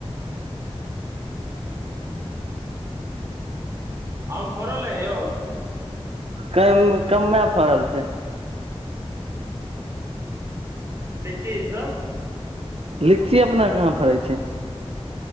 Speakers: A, on the right; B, on the right.
A: <unintelligible> आम फरल येओ
B: कम कमे फड़ल छै
A: लिची सभ
B: लीची अपना कहाँ फड़ै छै